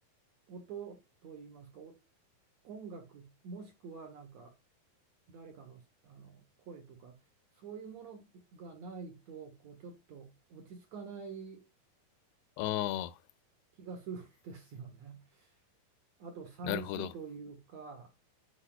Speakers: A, on the right; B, on the left.
A: 音といいますか、お音楽もしくはなんか誰かの、あの声とかそういうものがないとこうちょっと落ち着かない
B: ああ、
A: 気がするんですよね。あと寂しいというか
B: なるほど。